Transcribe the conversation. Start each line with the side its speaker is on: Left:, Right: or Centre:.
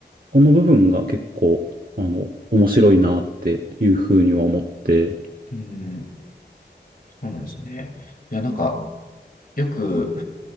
Right: この部分が結構、あの、面白いなっていうふうには思って、
Left: うん。そうなんですね。いや、なんか、よく、